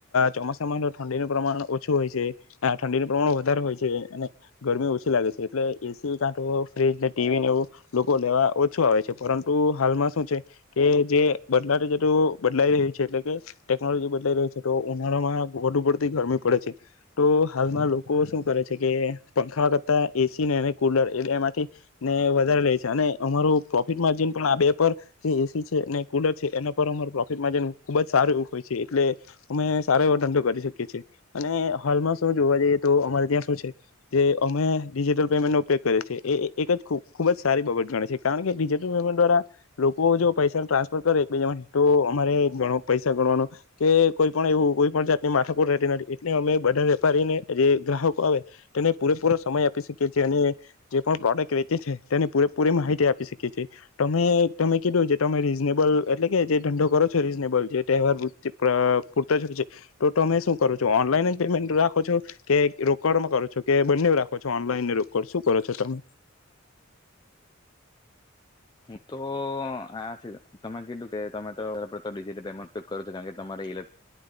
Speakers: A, on the left; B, on the left.
A: ચોમાસામાં ઠંડીનું પ્રમાણ ઓછું હોય છે ઠંડીનું પ્રમાણ વધારે હોય છે અને ગરમી ઓછી લાગે છે એટલે એસી કાંઠો ફ્રીજ ને ટીવીને એવું લોકો લેવા ઓછું આવે છે પરંતુ હાલમાં શું છે કે જે બદલાટે છેટું બદલાઈ રહ્યું છે એટલે કે ટેકનોલોજી બદલાઈ રહી છે તો ઉનાળામાં વધુ પડતી ગરમી પડે છે તો હાલમાં લોકો શું કરે છે કે પંખા કરતાં એસી ને કૂલર એ એમાંથી ને વધારે લે છે અને અમારું પ્રોફિટ માર્જિન પણ આ બે પર જે એસી છે અને કૂલર છે એના પર અમારું પ્રોફિટ માર્જિન ખૂબ જ સારું હોય છે એટલે અમે સારો એવો ધંધો કરી શકીએ છીએ અને હાલમાં શું જોવા જઈએ તો અમારે ત્યાં શું છે જે અમે ડિજિટલ પેમેન્ટનો ઉપયોગ કરીએ છે એ એક જ ખૂબ જ સારી બાબત ગણે છે કારણ કે ડિજિટલ પેમેન્ટ દ્વારા લોકો જો પૈસા ટ્રાન્સફર કરે એકબીજામાં તો અમારે ઘણો પૈસા ગણવાનો કે કોઈ પણ એવું કોઈ પણ જાતની માથાકો રહેતી નથી એટલે અમે બધા વેપારીને જે ગ્રાહકો આવે તેને પૂરેપૂરો સમય આપી શકીએ છીએ અને જે પણ પ્રોડક્ટ વેચે છે તેને પૂરેપૂરી માહિતી આપી શકીએ છીએ તમે તમે કીધું જે તમે રીઝનેબલ એટલે કે જે ધંંધો કરો છો રીઝનેબલ જે તહેવાર પૂરત છે તો તમે શું કરો છો ઓનલાઈન પેમેન્ટ રાખો છો કે રોકડમાં કરો છો કે બંને રાખો છો ઓનલાઈન ને રોકડ શું કરો છો તમે?
B: હું તો આ તમે કીધું કે તમે તો ડિજિલ પેન્ટ કરો કારણ કે તમારેઇ